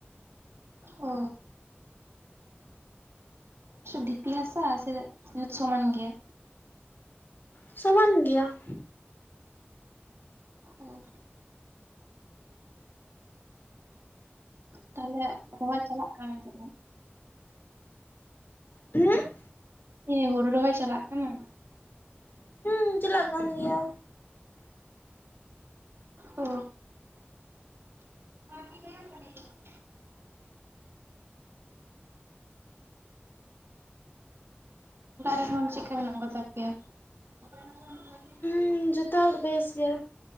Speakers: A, on the right; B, on the left.
A: ᱚᱻ ᱰᱷᱤᱯᱤ ᱦᱟᱥᱟ ᱥᱮ ᱥᱚᱢᱟᱱ ᱜᱮᱭᱟ?
B: ᱥᱚᱢᱟᱱ ᱜᱮᱭᱟ᱾
A: ᱚ ᱛᱟᱦᱞᱮ ᱨᱚᱦᱚᱭ ᱪᱟᱞᱟᱜ ᱠᱟᱱ ᱛᱚ?
B: ᱦᱩᱸ
A: ᱦᱮᱸ ᱦᱳᱲᱩ ᱨᱚᱦᱚᱭ ᱪᱟᱞᱟᱜ ᱠᱟᱱᱟ?
B: ᱦᱩᱸ ᱪᱟᱞᱟᱜ ᱠᱟᱱ ᱜᱮᱭᱟ᱾
A: ᱚ ᱟᱨ ᱠᱤ ᱧ ᱵᱟ <unintelligible> ᱚᱲᱟᱜ ᱦᱚᱲ ᱪᱮᱫᱠᱟ ᱢᱮᱱᱟᱜ ᱠᱚᱛᱟ ᱯᱮᱭᱟ? <unintelligible>
B: ᱦᱩᱸ ᱡᱚᱛᱷᱚ ᱦᱚᱲ ᱵᱮᱥ ᱜᱮ,